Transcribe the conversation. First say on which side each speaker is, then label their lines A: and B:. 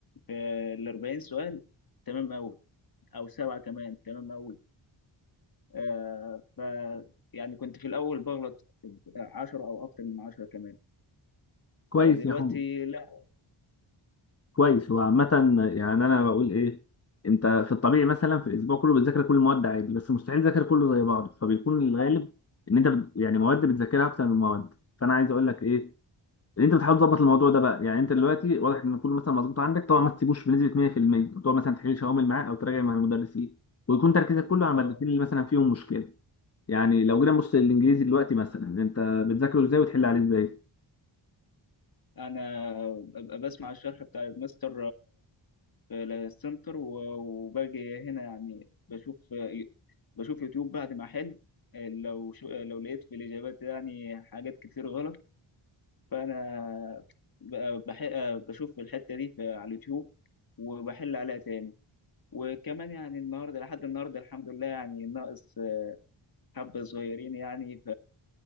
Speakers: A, on the left (about 45°); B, on the left (about 30°).
A: في ال 40 سؤال تمام أوي أو سبعة كمان تمام أوي آه ف يعني كنت في الأول بغلط عشرة أو أكتر من عشرة كمان
B: كويس
A: آه دلوقتي
B: يا حمد
A: لا
B: كويس هو عامة يعني انا بقول ايه انت في الطبيعي مثلا في الاسبوع كله بتذاكر كل المواد عادي بس مستحيل تذاكر كله زي بعض فبيكون الغالب ان انت بت... يعني مواد بتذاكرها اكتر من مواد فانا عايز اقول لك ايه ان انت بتحاول تظبط الموضوع ده بقى يعني انت دلوقتي واضح ان كله مثلا مظبوط عندك طبعا ما تسيبوش بنسبة 100% تقعد مثلا تحل شوامل معاه او تراجع مع المدرسين ويكون تركيزك كله على
A: آه
B: المادتين اللي مثلا فيهم مشكلة يعني لو جينا نبص للانجليزي دلوقتي مثلا انت بتذاكره ازاي وتحل عليه ازاي
A: أنا ببقى بسمع الشرح بتاع الماستر في السنتر و- وباجي هنا يعني بشوف آه، بشوف يوتيوب بعد ما أحل آه، لو شو آه، لو لقيت في الإجابات يعني حاجات كتير غلط فانا ب- بح... بشوف الحته دي في... على اليوتيوب وبحل عليها تاني وكمان يعني النهارده لحد النهارده الحمد لله يعني ناقص حبه صغيرين يعني